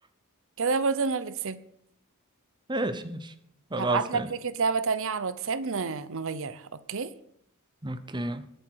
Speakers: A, on the right; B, on the right.
A: كده برضه أنا اللي كسبت
B: ماشي ماشي خلاص
A: هبعت لك
B: ماشي
A: فكرة لعبة تانية على الواتساب ن- نغيرها اوكي
B: أوكي